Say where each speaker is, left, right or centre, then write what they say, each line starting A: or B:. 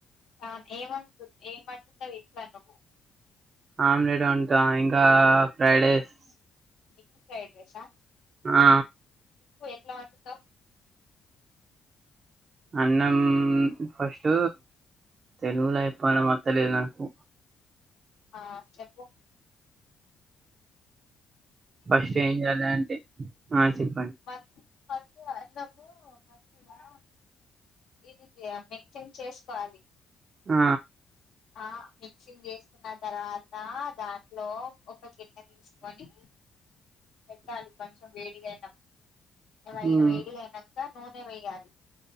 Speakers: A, on the left; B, on the right.
A: అవును ఏమ ఏమంటతా వట్లాను
B: ఆమ్లెట్ ఉంటా ఇంకా ఫ్రైడ్ రైస్
A: ఎగ్ ఫైడ్రైసా
B: ఆ
A: ఎట్లా వందుతో
B: అన్నం ఫస్ట్ తెలుగు ల ఎప్పనా మ తెలి నాకు
A: ఆ చెప్పు
B: ఫస్ట్ ఏం చేయాలి అంటే ఆ చెప్పండి
A: మ ఫస్ట్ అన్నము మంచిగా ఇదిది మిక్సింగ్ చేసుకోవాలి
B: ఆ
A: ఆ మిక్సింగ్ చేసుకున్న తర్వాత దాంట్లో ఒక గిన్నె తీసుకొని పెట్టాలి కొంచెం వేడిగా అయినప్పుడు వై
B: మ్మ్
A: వేడిగయినంక నూనే వెయ్యాలి